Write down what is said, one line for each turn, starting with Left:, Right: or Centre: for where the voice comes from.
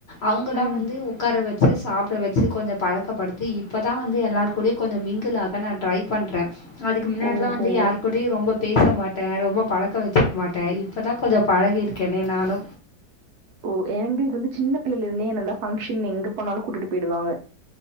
Left: அவுங்களா
Right: ம்.
Left: வந்து உக்கார வச்சு சாப்ட வச்சு கொஞ்சோ பழக்கப்படுத்தி இப்ப தா வந்து எல்லார் கூடயு கொஞ்சோ மிங்குளாக நா ட்ரை பண்றே அதுக்கு முன்னாட்ல்லா
Right: ஓஹோ!
Left: வந்து யார் கூடயு ரொம்ப பேச மாட்டே ரொம்ப பழக்கோ வச்சுக் மாட்டே இப்பதா கொஞ்சொ பழகிருக்கேனே நானு
Right: ஓ ஏங்ளுக் வந்து சின்ன பிள்ளைலருந்தே என்னல்லா ஃபங்ஷன் எங்க போனாலு கூட்டிட் போய்டுவாங்க